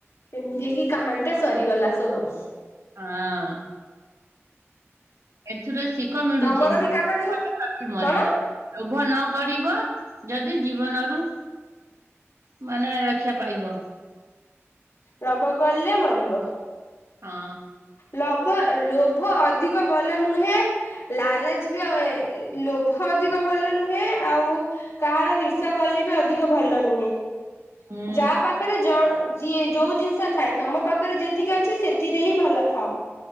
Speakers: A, on the left; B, on the right.
A: ଏମିତି କି କାହାଣୀଟା ସରିଗଲା ସବୁ।
B: ହଁ। ଏଥିରେ ଶିଖ ମିଳୁଛି
A: ତମର ବି କାହାଣୀ
B: <inaudible> ମରେ।
A: କଣ?
B: ଲୋଭ ନ କରିବ ଯଦି ଜୀବନରୁ ମାନେ ରକ୍ଷା ପାଇବ।
A: ଲବ କଲେ ମରିବ।
B: ହଁ।
A: ଲବ ଲୋଭ ଅଧିକ ଭଲ ନୁହେଁ। ଲାଲାଚବି ଏ ଲୋଭ ଅଧିକ ଭଲ ନୁହେଁ ଆଉ କାହାର ହିର୍ସା କଲେ ବି ଅଧିକ ଭଲ ନୁହେଁ।
B: ହୁଁ
A: ଯାହା ପାଖରେ ଜ ଯିଏ ଯୋଉ ଜିନିଷ ଥାଏ ତମ ପାଖରେ ଯେତିକି ଅଛି ସେତି ରେ ହିଁ ଭଲ ଥାଉ।